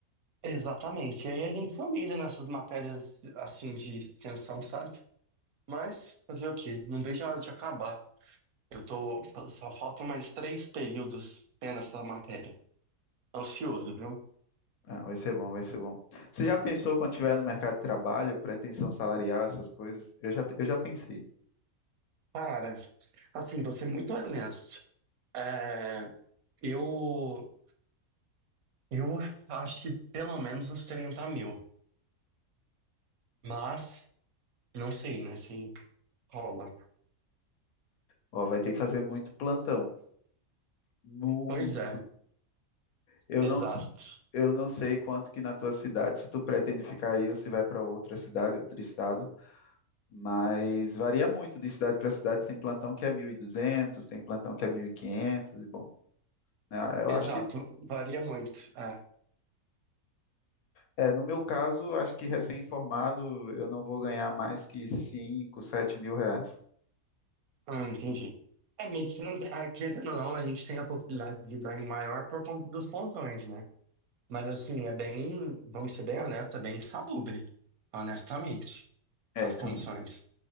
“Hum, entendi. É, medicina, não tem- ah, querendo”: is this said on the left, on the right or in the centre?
Right